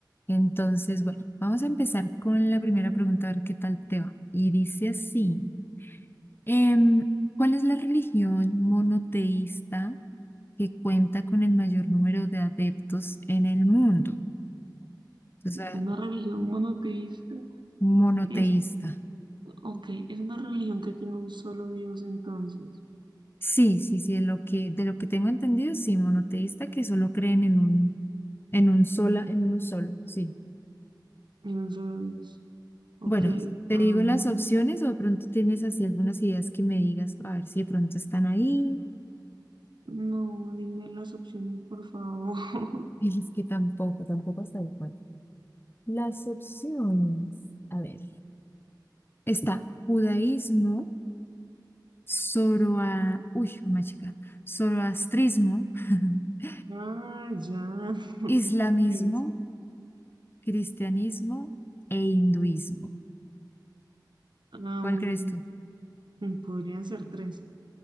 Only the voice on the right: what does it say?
una religión monoteísta.
Es, ok, es una religión que tiene un solo Dios entonces.
Tiene un solo Dios. Ok,
am,
no, dime las opciones, por favor. <laughs>
Ah, ya. <laughs>
Eso.
Am,
mm, podrían ser tres.